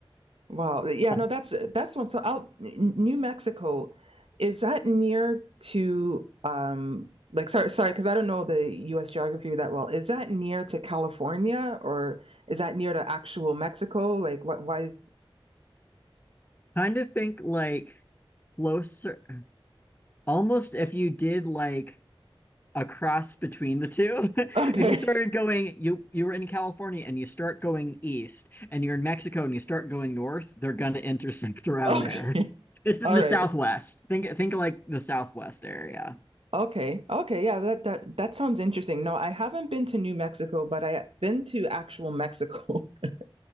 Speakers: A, on the right; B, on the left.
A: Wow. Yeah,
B: Um,
A: no, that's that's one. So out N- New Mexico, is that near to um like sorry sorry because I don't know the US geography that well. Is that near to California or is that near to actual Mexico? Like what why is
B: kind of think like closer almost if you did like a cross between the two. <laughs>
A: <laughs> okay.
B: If you started going, you you were in California and you start going east, and you're in Mexico and you start going north, they're gonna intersect <laughs> around
A: Okay.
B: there.
A: <laughs>
B: It's the,
A: All
B: the
A: right.
B: Southwest. Think think like the Southwest area.
A: Okay. Okay. Yeah, that that that sounds interesting. No, I haven't been to New Mexico, but I've been to actual Mexico. <laughs>